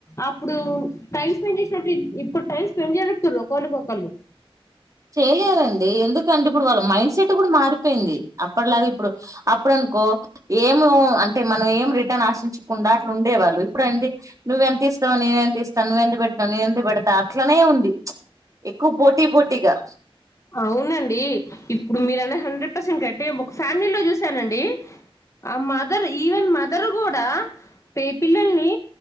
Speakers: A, on the left; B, on the right.
A: అప్పుడు టైం స్పెండ్ చేసినట్టు ఇప్పుడు టైం స్పెండ్ చేయ్ర ఒకళ్ళక ఒకళ్ళు
B: చేయలేదండి ఎందుకంటే ఇప్పుడు వాళ్ళ మైండ్ సెట్ కూడా మారిపోయింది అప్పటిలాగా ఇప్పుడు అప్పుడు అనుకో ఏమ అంటే మనం ఏం రిటర్న్ ఆశించకుండా అట్లా ఉండే వాళ్ళు ఇప్పుడు అండి నువ్వెంత ఇస్తావు నేను ఎంత ఇస్తాను నువ్వెంత పెడుతావ్ నేను ఎంత పెడతా అట్లనే ఉంది చ్ ఎక్కువ పోటీ పోటీగా
A: అవునండి ఇప్పుడు మీరన్న హండ్రెడ్ పర్సెంట్ కరెక్టే ఒక ఫ్యామిలీలో చూసానండి ఆ మదర్ ఈవెన్ మదర్ కూడా పే పిల్లల్ని